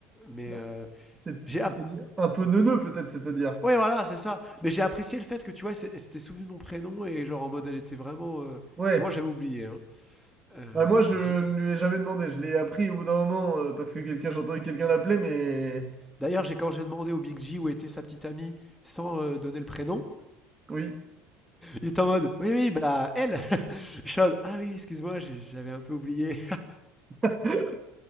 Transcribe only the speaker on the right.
bah,
c'est-
C'est-à-dire
un peu neuneux, peut-être, c'est-à-dire.
Ouais,
bah moi je ne
lui ai jamais demandé, je l'ai appris au bout d'un moment euh, parce que quelqu'un, j'ai entendu quelqu'un l'appeler, mais
oui,
<laughs>